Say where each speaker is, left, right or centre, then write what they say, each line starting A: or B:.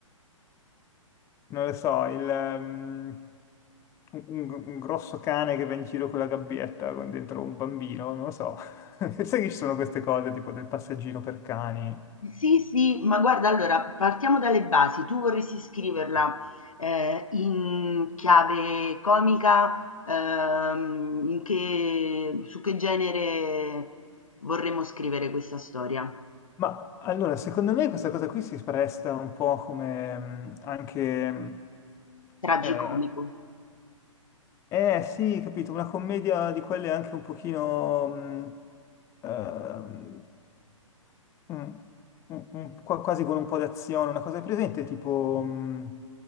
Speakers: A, on the left; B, on the left.
A: non lo so, il, ehm, un, un- un grosso cane che va in giro con la gabbietta con dentro un bambino, non lo so. <laughs> Sai che ci sono queste cose tipo del passeggino per cani.
B: Sì, sì, ma guarda, allora partiamo dalle basi. Tu vorresti scriverla eh, in chiave comica, ehm, in che- su che genere vorremmo scrivere questa storia?
A: Ma allora, secondo me questa cosa qui si presta un po' come mm, anche... mm,
B: Tragicomico.
A: eh, eh, sì, capito, una commedia di quelle anche un pochino... mm, ehm, Mm, mm, mm, qua- quasi con un po' d'azione, una cosa è presente tipo mm,